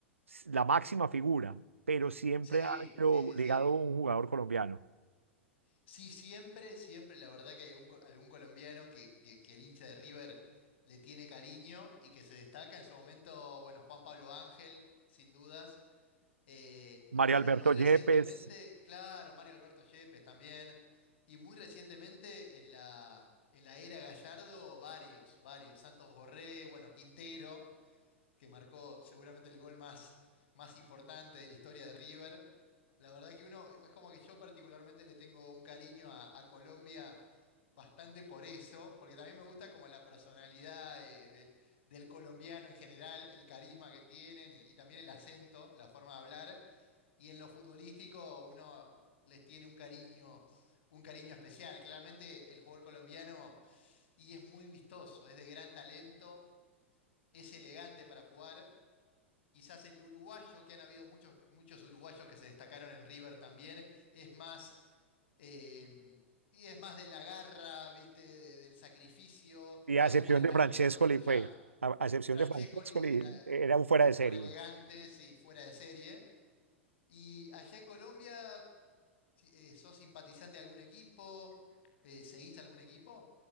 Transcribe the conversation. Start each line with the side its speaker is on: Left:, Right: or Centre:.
Right: s- la máxima figura, pero siempre
Left: Sí,
Right: ha habido
Left: sí, sí,
Right: ligado
Left: sí.
Right: un jugador colombiano.
Left: Sí, siempre, siempre, la verdad que hay un co- algún colombiano que, que, que el hincha de River le tiene cariño y que se destaca en su momento, bueno, Juan Pablo Ángel, sin dudas. eh, y
Right: Mario
Left: bueno,
Right: Alberto
Left: muy recientemente,
Right: Yepes.
Left: claro, Mario Alberto Yepes también. Y muy recientemente en la, en la era Gallardo, varios, varios. Santos Borré, bueno, Quintero que marcó seguramente el gol más, más importante de la historia de River. La verdad que uno, es como que yo particularmente le tengo un cariño a, a Colombia bastante por eso, porque también me gusta como la personalidad eh, de- del colombiano en general, el carisma que tienen y, y también el acento, la forma de hablar. Y en lo futbolístico uno les tiene un cariño, un cariño especial. Claramente el jugador colombiano y es muy vistoso, es de gran talento, es elegante para jugar quizás el uruguayo, que han habido muchos, muchos uruguayos que se destacaron en River también, es más, eh, y es más de la garra, ¿viste? de- del sacrificio.
Right: Y a
Left: Hay
Right: excepción
Left: jugadores
Right: de
Left: talentosos
Right: Francescoli,
Left: desde ya.
Right: pues, a, a excepción
Left: Francescoli
Right: de Francescoli,
Left: era
Right: era un fuera
Left: un
Right: de
Left: jugador
Right: serie.
Left: elegante, sí, fuera de serie. Y allá en Colombia, si- eh, ¿sos simpatizante de algún equipo? Eh, ¿seguís algún equipo?